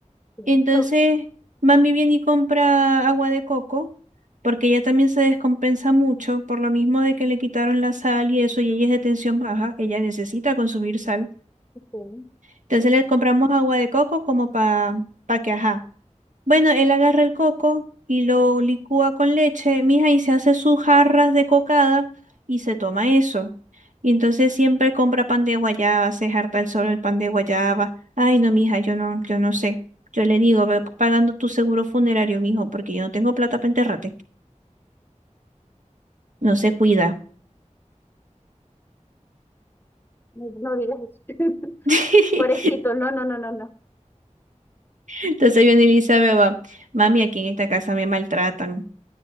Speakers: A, on the left; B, on the right.
A: Claro,
B: Entonces, mami viene y compra agua de coco, porque ella también se descompensa mucho por lo mismo de que le quitaron la sal y eso, y ella es de tensión baja, ella necesita consumir sal.
A: ok.
B: Entonces le compramos agua de coco como para pa pa que, ajá. Bueno, él agarra el coco y lo licúa con leche, mija, y se hace sus jarras de cocada y se toma eso. Y entonces siempre compra pan de guayaba, se harta el solo el pan de guayaba. Ay, no, mija, yo no, yo no sé. Yo le digo, ve pagando tu seguro funerario, mijo, porque yo no tengo plata para enterrarte. No se cuida.
A: No, no digas eso. <laughs>
B: <laughs>
A: Pobrecito, no, no, no, no, no.
B: Entonces viene y le dice a Beba, mami, aquí en esta casa me maltratan.